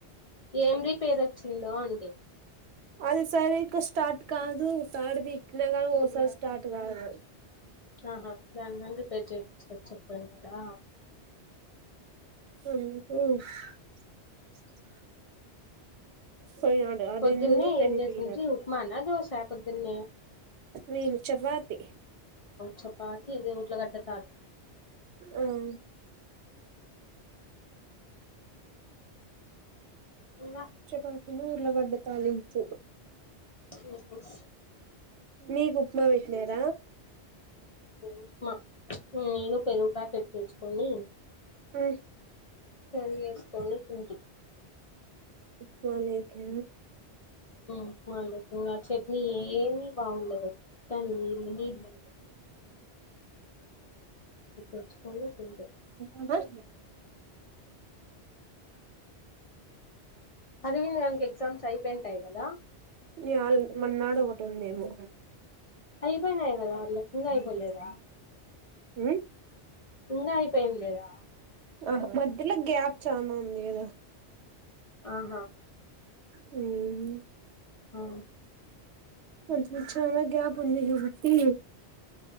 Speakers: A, on the left (about 45°); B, on the right (about 70°).
A: ఏం రిపేర్ వచ్చిందో అంటీ
B: అదిసారి ఇంకా స్టార్ట్ కాదు తాడు పికినా కానీ ఒకసారి స్టార్ట్ కాదు
A: ఆహా నను రిపేర్ పచ చెక్ పొయినాడా
B: ఏంటి <inaudible> పోయినాడు అరవిందుడు
A: పొద్దున్నే
B: ప్రణీతి
A: ఏం చేసంచి
B: పోయినారు
A: ఉప్మానా దోసా పొద్దున్నే
B: మే చపాతి
A: చపాతి ఇద వఊట్ల కట్ట తాాల
B: హ్మ్
A: ఇంగ
B: చేపతిలో ఉల్లిగడ్డ తాలింపు
A: ఉహం
B: నీకు ఉప్మా పెట్టినర
A: ఉప్మా నేను పెరుగు ప్యాకెట్ తెచ్చుకొని
B: అ
A: పెరుగు వేసుకొని తింటి
B: వోలెక్య
A: ఉప్మాలో ఇంగ చట్నీ ఏమి బాగుండదు మొత్తం నీళ్లు నీళ్లు వచ్చ పోయింది <unintelligible>
B: అ
A: అరవింద్ గానికి ఎగ్జామ్స్ అయిపోయింటాయి కదా
B: య్యాల్ మన్నాడు ఒకటి ఉందేమో
A: అయిపోయినాయ్ కదా మీకు ఇంకా అయిపోలేదా
B: హ్మ్
A: ఇంగ అయిపేంది లేదా
B: ఆహా మధ్యల గ్యాప్ చనా ఉంది కదా
A: ఆహా
B: హ్మ్
A: ఆ
B: మంచిగా చనా గ్యాప్ ఉంది కాబట్టి